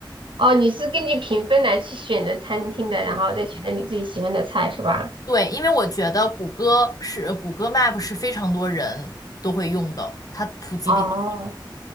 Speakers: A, on the right; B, on the left.
A: 哦，你是根据评分来去选择餐厅的，
B: 对
A: 然后再选择你自己喜欢的菜是吧？
B: 对，因为我觉得谷歌是谷歌 Map 是非常多人都会用的，它普及比较
A: 哦，